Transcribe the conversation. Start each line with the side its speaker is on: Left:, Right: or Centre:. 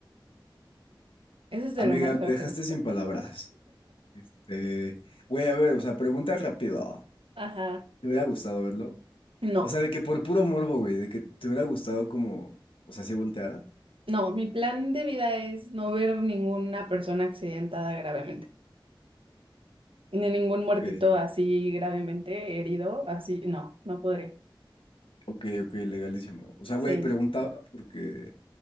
Right: Eso es
Left: Amiga,
Right: de lo más
Left: me
Right: feo
Left: dejaste
Right: que he visto.
Left: sin palabras. Este. Güey, a ver, o sea, pregunta rápido.
Right: Ajá.
Left: me hubiera gustado verlo?
Right: No,
Left: O sea, de que por puro morbo, güey, de que te hubiera gustado como, o sea, si volteara.
Right: no, mi plan de vida es no ver ninguna persona accidentada gravemente, ni ningún
Left: Ok,
Right: muertito así gravemente herido, así, no, no podría.
Left: ok, ok, legalísimo. O sea, güey,
Right: Sí,
Left: preguntaba porque